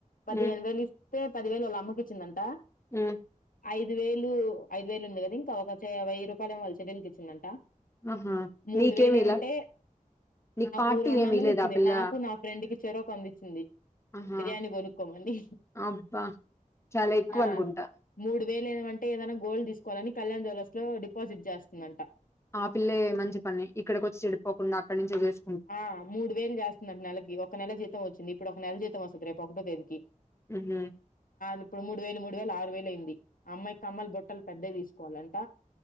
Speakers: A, on the left (about 80°); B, on the left (about 20°).
A: పదిహేను
B: ఉమ్
A: వేలుస్త అతే పదివేలు వాళ్ళ అమ్మకి ఇచ్చిందంట
B: హ్మ
A: ఐదు వేలు ఐదు వేలు ఉంది కదా ఇంకా ఒక వెయ్యి రూపాయలు వాళ్ల చెల్లెలికి ఇచ్చిందంటా
B: ఆహా
A: మూడు
B: నీకేమి
A: వేలు
B: ఇలా
A: ఉంటే
B: నీకు పార్టీ
A: ఓ రెండు
B: ఏమి
A: వందలు
B: లేదా
A: ఇచ్చింది
B: ఆ పిల్ల
A: నాకు నా ఫ్రెండ్ కి చెరోక వందించింది
B: ఆహా
A: బిర్యానీ కొనుక్కోమని
B: అబ్బా చాలా ఎక్కువ
A: ఆ
B: అనుకుంటా
A: మూడు వేలు ఏమంటే ఏదైనా గోల్డ్ తీసుకోవాలని కళ్యాణ జ్వవలర్స్ లో డిపాజిట్ చేస్తుందంట
B: ఆ పిల్లే మంచి పని ఇక్కడికి వచ్చి చెడిపోకుండా అక్కడి నుంచి వేస
A: ఆ మూడు వేలు చేస్తున్న నెలకి ఒక నెల జీతం వచ్చింది ఇప్పుడు ఒక నెల జీతం వస్తుంది రేపు వస్తది ఒకటో తేదీకి
B: ఉహ
A: ఇప్పుడు మూడు వేలు మూడు వేలు ఆరు వేలు అయింది అమ్మాయి కమ్మల్ బొట్టలు పెద్దవి తీసుకోవాలంట